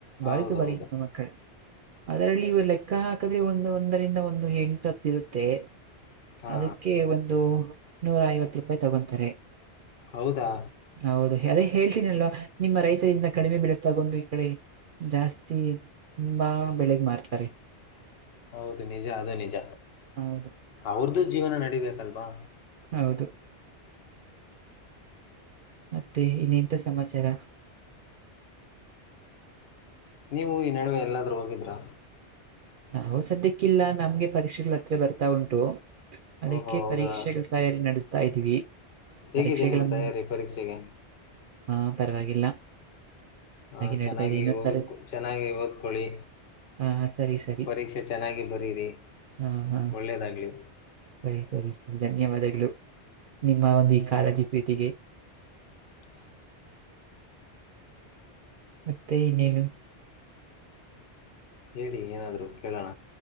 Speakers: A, on the right; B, on the left.
A: ಬಾರತು
B: ಹೌದೌದು
A: ಬಾರಿ ನಮ್ಮ ಮಕ್ಕಳ ಅದರಲ್ಲಿ ಇವ ಲೆಕ್ಕ ಹಾಕಿದ್ರೆ ಒಂದು ಒಂದರಿಂದ ಒಂದು ಎಂಟು ಇರುತ್ತೆ
B: ಹಾ
A: ಅದಕ್ಕೆ ಒಂದು ನೂರ ಐವತ್ತು ರೂಪಾಯಿ ತಗೊತಾರೆ
B: ಹೌದಾ
A: ಹೌದು ಅದೇ ಹೇಳ್ತೀನಿ ಅಲ್ವಾ ನಿಮ್ಮ ರೈತರಿಂದ ಕಡಿಮೆ ಬೆಳೆ ತಗೊಂಡು ಈ ಕಡೆ ಜಾಸ್ತಿ ತುಂಬಾ ಬೆಳಿಗ್ ಮಾರ್ತಾರೆ
B: ಹೌದು ನಿಜ ಅದು ನಿಜ
A: ಹೌದು
B: ಅವ್ರ್ ಜೀವನ ನಡಿಬೇಕಲ್ವಾ
A: ಹೌದು ಮತ್ತೆ ಇನ್ನಂತ ಸಮಾಚಾರ
B: ನೀವು ಈ ನಡುವೆ ಎಲ್ಲಾದ್ರೂ ಹೋಗಿದ್ರಾ
A: ನಾವು ಸದ್ಯಕ್ಕಿಲ್ಲ ನಮ್ಗೆ ಪರೀಕ್ಷೆಗಳು ಹತ್ರ ಬರ್ತಾ ಉಂಟು ಅದಕ್ಕೆ
B: ಓಹೋ ಹೌದಾ
A: ಪರೀಕ್ಷೆಗಳ ತಯಾರಿ ನಡೆಸ್ತಾ ಇದ್ದೀವಿ
B: ಹೇಗಿದೆ
A: ಪರೀಕ್ಷೆಗಳ
B: ನಿಮ್ಮ
A: ಮು-
B: ತಯಾರಿ ಪರೀಕ್ಷೆಗೆ
A: ಹಾ ಪರವಾಗಿಲ್ಲ
B: ಹ
A: ನಡೀತಾ
B: ಚೆನ್ನಾಗಿ
A: ಇದೆ ಇನ್ನೊಂದ್
B: ಹೋಗದ್
A: ಸರಿ
B: ಚೆನ್ನಾಗಿ ಓದ್ಕೊಳ್ಳಿ
A: ಹಾ ಸರಿ ಸರಿ
B: ಪರೀಕ್ಷೆ ಚೆನ್ನಾಗಿ ಬರೀರಿ
A: ಹಾ ಹಾ
B: ಒಳ್ಳೇದಾಗ್ಲಿ
A: ಸರಿ ಸರಿ ಸರಿ ಧನ್ಯವಾದಗಳು ನಿಮ್ಮ ಒಂದು ಈ ಕಾಳಜಿ ಪ್ರೀತಿಗೆ
B: ಹಾ
A: ಮತ್ತೆ ಇನ್ನೇನು
B: ಹೇಳಿ ಏನಾದ್ರು ಕೇಳೋಣ